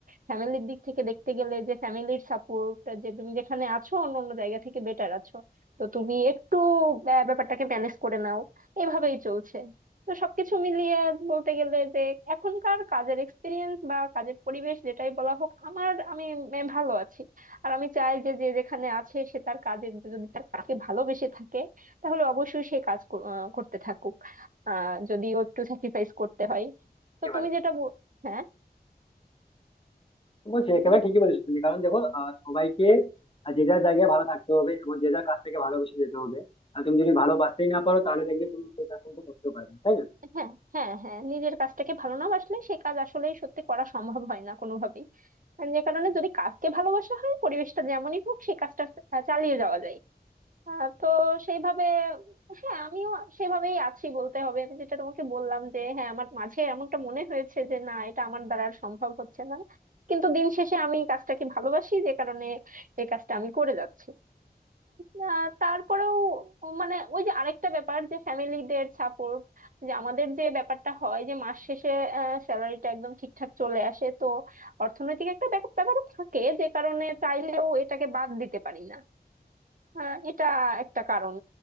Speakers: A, on the right; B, on the left.
A: ফ্যামিলির দিক থেকে দেখতে গেলে যে ফ্যামিলির সাপোর্ট যে তুমি যেখানে আছো অন্য অন্য জায়গা থেকে বেটার আছো তো তুমি একটু ব্যা- ব্যাপারটাকে ম্যানেজ করে নাও এইভাবেই চলছে তো সবকিছু মিলিয়ে বলতে গেলে যে এখনকার কাজের এক্সপিরিয়েন্স বা কাজের পরিবেশ যেটাই বলা হোক আমার আমি এ, ভালো আছি আর আমি চাই যে যে যেখানে আছে সে তার কাজের যদি তার কাজকে ভালোবেসে থাকে তাহলে অবশ্যই সে কাজ কর- আহ, করতে থাকুক আহ যদিও একটু স্যাক্রিফাইস করতে হয়
B: একেবারে
A: তো তুমি
B: না।
A: যেটা বল- হ্যাঁ
B: বলছি একেবারে
A: তুমি
B: ঠিকই বলেছো তুমি কারণ দেখো আহ, সবাইকে আহ, যে যার জায়গায় ভালো থাকতে হবে এবং যে যার কাছ থেকে ভালোবেসে যেতে হবে আর তুমি যদি ভালোবাসতেই না পারো তাহলে দেখবে তুমি সেই কাজ কিন্তু করতেও পারবে না, তাই না
A: হ্যাঁ হ্যাঁ হ্যাঁ নিজের কাজটাকে ভালো না বাসলে সে কাজ আসলে সত্যি করা সম্ভব হয় না কোনোভাবেই আর যে কারণে যদি কাজকে ভালোবাসা হয় পরিবেশটা যেমনই হোক সেই কাজটা আহ, চালিয়ে যাওয়া যায় আহ, তো সেইভাবে হ্যাঁ আমিও সেভাবেই আছি বলতে হবে আমি যেটা তোমাকে বললাম যে হ্যাঁ আমার মাঝে এমনটা মনে হয়েছে যে না এটা আমার দ্বারা আর সম্ভব হচ্ছে না কিন্তু দিন শেষে আমি কাজটাকে ভালোবাসি যে কারণে এই কাজটা আমি করে যাচ্ছি না তারপরেও মানে ওই যে আরেকটা ব্যাপার যে ফ্যামিলিদের সাপোর্ট যে আমাদের যে ব্যাপারটা হয় যে মাস শেষে স্যালারিটা একদম ঠিকঠাক চলে আসে তো অর্থনৈতিক একটা ব্যাপার ব্যাপার থাকে যে কারণে চাইলেও এটাকে বাদ দিতে পারি না আহ, এটা একটা কারণ